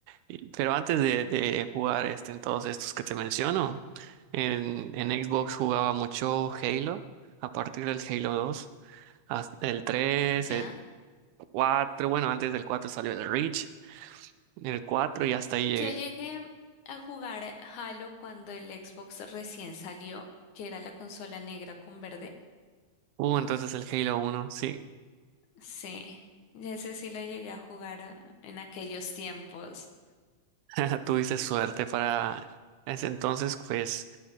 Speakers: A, on the right; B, on the left.
A: Y- Pero antes de, de jugar este, en todos estos que te menciono, en, en Xbox jugaba mucho Halo, a partir del Halo 2, hasta el tres
B: Ya.
A: el cuatro bueno, antes del 4 salió el Reach, el 4 y hasta ahí llegué.
B: Yo llegué a jugar Halo cuando el Xbox recién salió, que era la consola negra con verde.
A: Uh, entonces el Halo uno sí.
B: Sí, ese sí lo llegué a jugar ah, en aquellos tiempos.
A: <laughs> Tuviste suerte para ese entonces, pues,